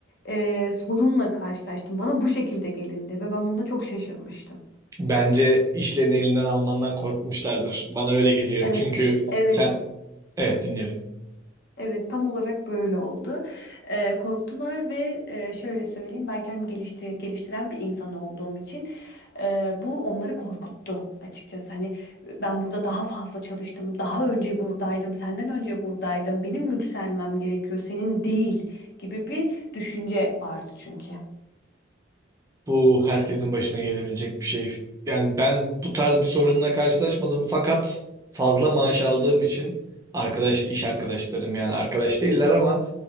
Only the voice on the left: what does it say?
e, sorunla karşılaştım. Bana bu şekilde gelindi ve ben buna çok şaşırmıştım.
Evet,
evet,
evet tam olarak böyle oldu. Ee, korktular ve e, şöyle söyleyeyim ben kendimi gelişti- geliştiren bir insan olduğum için e, bu onları korkuttu açıkçası. Hani ben burada daha fazla çalıştım, daha önce buradaydım, senden önce buradaydım, benim yükselmem gerekiyor, senin değil gibi bir düşünce vardı çünkü.